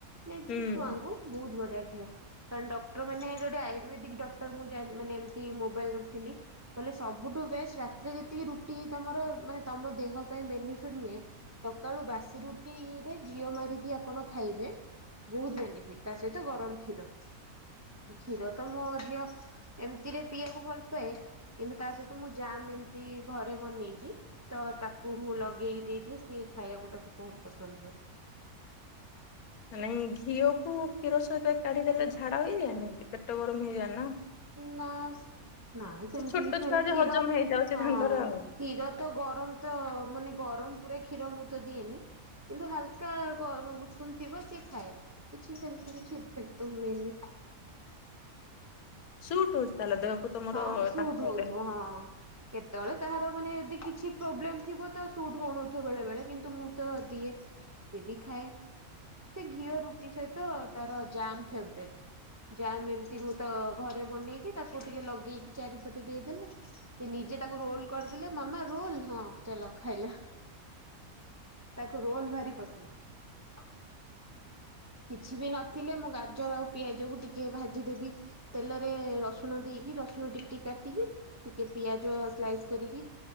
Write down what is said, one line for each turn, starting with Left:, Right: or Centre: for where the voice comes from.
Right: ନେଇଛି
Left: ହୁଁ
Right: କି ଛୁଆଙ୍କୁ ବହୁତ ବଢିଆ। ଆଜ୍ଞା। କାରଣ ଡକ୍ଟର ମାନେୋଟେ ଆୟୁର୍ବେଦିକ ଡକ୍ଟର ମୁଁ ମାନେ ଏମିତି ମୋବାଇଲ ଦେଖଥିଲି କହିଲେ ସବୁଠୁ ବେଷ୍ଟ ରାତିରେ ଯେତିକି ରୁଟି ତମର ମାନେ ତମ ଦେହ ପାଇଁ ବେନିଫିଟ ନୁହେଁ ସକାଳୁ ବାସି ରୁଟିରେ ଘିଅ ମାରିକି ଆପଣ ଖାଇବେ ବହୁତ ବେନିଫିଟ ତା ସହିତ ଗରମ କ୍ଷୀର। କ୍ଷୀର ତ ମୋ ଝିଅ ଏମିତିରେ ପିଇବାକୁ ଭଲ ପାଏ କିନ୍ତୁ ତା ସହିତ ମୁଁ ଜାମ୍ ଏମିତି ଘରେ ବନେଇଛି ତ ତାକୁ ମୁଁ ଲଗେଇକି ଦେଇଦିଏ ସିଏ ଖାଇବାକୁ ତାକୁ ବହୁତ ପସନ୍ଦ ହୁଏ।
Left: ନାଇଁ ଘିଅକୁ କ୍ଷୀର ସହିତ କାଢିଦେଲେ ଝାଡା ହେଇଯାଏନି ପେଟ ଗରମ ହେଇଯାଏନି।
Right: ନା ନା ସେମିତି
Left: ସେ ଛୋଟ
Right: କିଛି ହୁଏନି
Left: ଛୁଆ ଯେ
Right: କ୍ଷୀର
Left: ହଜମ ହେଇଯାଉଛି
Right: ହଁ
Left: ତାଙ୍କର ଆଉ।
Right: କ୍ଷୀର ତ ଗରମ ତ ମାନେ ଗରମ। ପୁରା କ୍ଷୀର ମୁଁ ତ ଦିଏନି କିନ୍ତୁ ହାଲକା ଉଷୁମ ଥିବ ସିଏ ଖାଏ କିଛି ସେମିତି କିଛି ଇଫେକ୍ଟ ତ ହୁଏନି।
Left: ସୁଟ ହଉଛି ତାହେଲେ ଦେହକୁ। ତମର
Right: ହଁ ସୁଟ
Left: ତାଙ୍କ
Right: ହଉଥିବ
Left: ଦେହକୁ।
Right: ହଁ କେତେବେଳେ କାହାର। ମାନେ ଯଦି କିଛି ପ୍ରୋବଲେମ ଥିବ ତ ସୁଟ ହଉନଥିବ ବେଳେଳେ କିନ୍ତୁ ମୁଁ ତ ଦିଏ ସେ ବି ଖାଏ ଘିଅ ର ସେ ତାରମ ମୁଁ ଘରେ ବେଇକି ତାକୁ ଦେଇକି ଚାରିପଟେ ଦେଇଦେଲେ ସେ ନିଜେ ତାକୁ ରୋଲ କରିଦେଲେ ମାମା ରୋଲ ହଁ ଚାଲ ଖାଇଲା ତାକୁ ରୋଲ ଭାରି ପସନ୍ଦ। କିଛି ବି ନଥିଲେ ମୁଁ ଗାଜର ଆଉ ପିଆଜକୁ ଟିକେ ଭାଜିଦେବି ତେଲରେ ରସୁଣ ଦେଇକି ରସୁଣ ଟିକେ ଟିକେ କାଟିକି ଟିକେ ପିଆଜ ସ୍ଲାଇସ୍ କରିକି